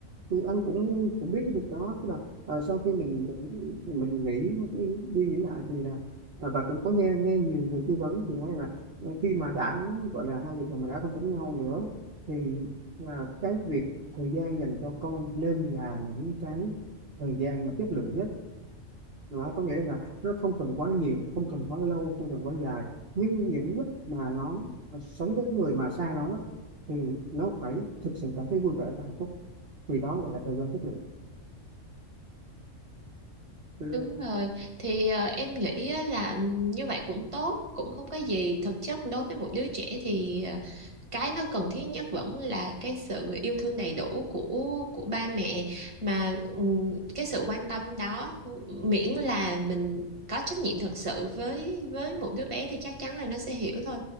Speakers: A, on the right (about 50°); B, on the right (about 25°).
A: thì anh cũng cũng biết cái việc đó tức là ờ, sau khi mình mình mình nghĩ đi nghĩ lại thì là ờ, và cũng có nghe nghe nhiều người tư vấn thì nói là ờ, khi mà đã gọi là hai vợ chồng mà đã không sống nhau nữa thì ờ, cái việc thời gian dành cho con nên là những cái thời gian mà chất lượng nhất đó có nghĩa là nó không cần quá nhiều không cần quá lâu không cần quá dài nhưng những lúc mà nó sống với người mà xa nó thì nó phải thực sự cảm thấy vui vẻ và hạnh phúc vì đó gọi là thời gian chất lượng thì,
B: Đúng rồi, thì ờ, em nghĩ á là ừm, như vậy cũng tốt, cũng không có gì. Thực chất đối với một đứa trẻ thì ờ, cái nó cần thiết nhất vẫn là cái sự yêu thương đầy đủ của của ba mẹ mà ừm, cái sự quan tâm đó miễn là mình có trách nhiệm thực sự với với một đứa bé thì chắc chắn là nó sẽ hiểu thôi